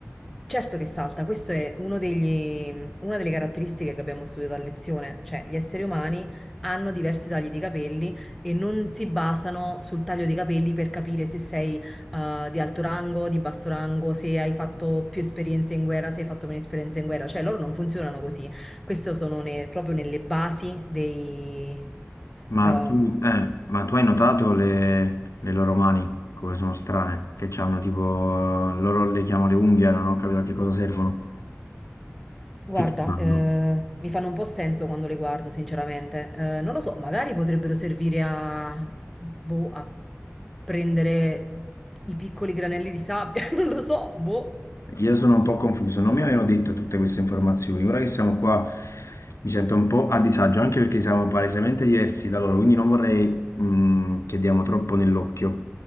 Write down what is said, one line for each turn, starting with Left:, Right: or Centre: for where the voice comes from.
Centre: certo che salta, questo è uno degli- una delle caratteristiche che abbiamo studiato a lezione, cioè gli esseri umani hanno diversi tagli di capelli e non si basano sul taglio dei capelli per capire se sei eh, di alto rango, di basso rango, se hai fatto più esperienze in guerra, se hai fatto meno esperienze in guerra, cioè loro non funzionano così. Queste sono ne- proprio nelle basi dei,
Left: Ma
Centre: ehm,
Left: tu, eh, ma tu hai notato le, le loro mani come sono strane? Che hanno tipo, loro le chiamano le unghie, non ho capito a che cosa servono.
Centre: Guarda,
Left: che ci fanno?
Centre: eh, mi fanno un po' senso quando le guardo, sinceramente. Eh, non lo so, magari potrebbero servire a, boh, a prendere i piccoli granelli di sabbia, <laughs> non lo so, boh.
Left: Io sono un po' confuso, non mi avevano detto tutte queste informazioni. Ora che siamo qua mi sento un po' a disagio, anche perché siamo palesemente diversi da loro, quindi non vorrei mh, che diamo troppo nell'occhio.